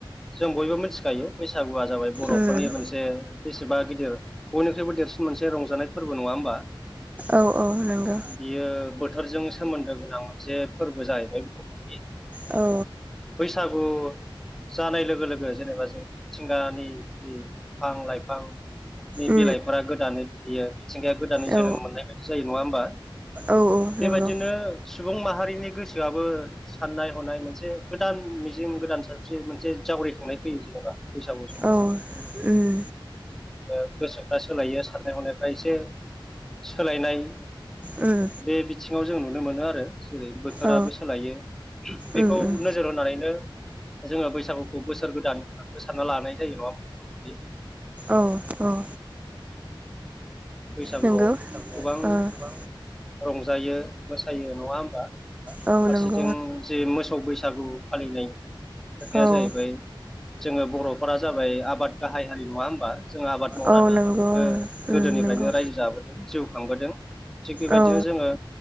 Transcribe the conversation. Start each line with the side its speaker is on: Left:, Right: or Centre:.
Centre: जों बयबो मिथिखायो बैसागुआ जाबाय बर'फोरनि
Right: उम
Centre: मोनसे बेसेबा गिदिर बयनिख्रुइबो देरसिन मोनसे रंजानाय फोरबो नङा होमबा?
Right: औ- औ नोंगो।
Centre: बियो बोथोरजों सोमोन्दो गोनां मोनसे फोरबो जाहैबाय। बर'फोरनि
Right: औ।
Centre: बैसागु जानाय लोगो - लोगो जेनेबा जों मिथिंगानि जि बिफां लाइफां नि
Right: उम
Centre: बिलाइफोरा गोदानै खिलियो। मिथिंगाया गोदानै जोनोम
Right: औ
Centre: मोननाय बायदि जायो नङा होमबा?
Right: औ नंगौ
Centre: बेबायदिनो सुबुं माहारिनि गोसोआबो साननाय हनाय मोनसे गोदान मिजिं गोदान सानस्रि मोनसे जावरिखांनाय फैयो जेनेबा। बैसागु समाव
Right: औ उम
Centre: ओ गोसोफ्रा सोलायो साननाय हनायफ्रा इसे सोलायनाय
Right: ओम।
Centre: बे बिथिङाव जों नुनो मोनो आरो जेरै बोथोराबो
Right: औ
Centre: सोलायो बेखौ
Right: उम उम
Centre: नोजोर होनानैनो जोङो बैसागुखौ बोसोर गोदान होनाबो सानना लानाय जायो नङा होनबा <unintelligible>
Right: औ - औ‌।
Centre: बैसागुआव
Right: नंगौ
Centre: गोबां
Right: ओ
Centre: रंजायो मोसायो नङा होमबा?
Right: औ
Centre: फारसेथिं
Right: नंगौ
Centre: जे मोसौ बैसागु फालिनाय खोथाया
Right: ओं
Centre: जाहैबाय जोङो बर'फोरा जाबाय आबाद गाहाय हारि नङा होमबा? जों आबाद मावनानै
Right: औ नंगौ ओं
Centre: नो
Right: उम
Centre: गोदोनिफ्रायनो
Right: नंगौ
Centre: रायजो जाबोदों जिउ खांबोदों। थिग बेबायदिनो
Right: औ
Centre: जोङो